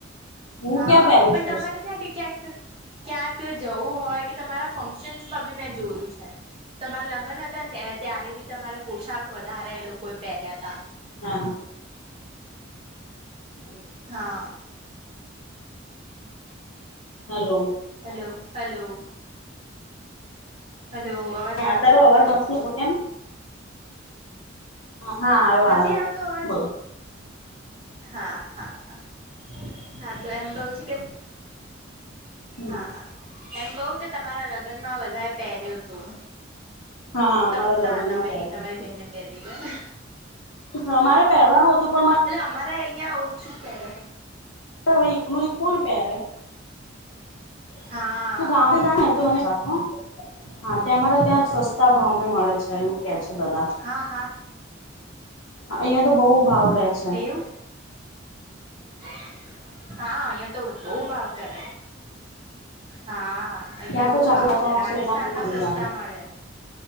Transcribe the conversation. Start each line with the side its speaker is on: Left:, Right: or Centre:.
Left: હું
Right: હા
Left: ક્યાં પહેરું
Right: પણ
Left: છું
Right: તમારે ક્યાં કે ક્યાંક ક્યાંક જવું હોય કે તમારા ફંક્શનસમાં બી મેં જોયું છે તમારા લગન હતા ને ત્યાં ત્યારે બી તમારે પોશાક વધારે એ લોકોએ પેર્યા તા.
Left: હા હલો.
Right: હા
Left: હલો.
Right: Hello hello. હલો અવાજ
Left: હા
Right: આવે
Left: તારો
Right: છે
Left: અવાજ નથી તો કેમ? હા આયો આયો
Right: નથી આવતો અવાજ?
Left: બ
Right: હા હા હા હા તો એમ કવ છું કે
Left: હમ
Right: હા હા. એમ કહું કે તમારા લગન માં બધારે પેર્યું હતું.
Left: હા અમારા
Right: તમ
Left: લગ્નમાં
Right: તા તમે
Left: પહેરતી
Right: ની તમારી બેને પહેરી છે ને
Left: હા મારે પહેરવાનું હતું પણ મારે
Right: હ. એટલે અમારે અહિયાં ઓછું પેરે.
Left: વ ઈક નું ઈક કોણ પેરે.
Right: હા
Left: ગામડે
Right: એ
Left: જા
Right: જ
Left: ને
Right: તો
Left: મને રાખો હા તમારા ત્યાં સસ્તું સસતા ભાવે મળે છે એમ કેય છે બધા.
Right: હા હા
Left: અહિયાં તો બો ભાવ લે છે.
Right: એવું <inaudible> હા અહિયાં તો બો ભાવ કરે. હા અયાં
Left: ત્યાં
Right: બો
Left: તો ચારસો
Right: ભાવ છે.
Left: ત્રણસો
Right: રાજસ્થાનમાં
Left: એના મળી
Right: સસ્તા
Left: આવે
Right: મળે.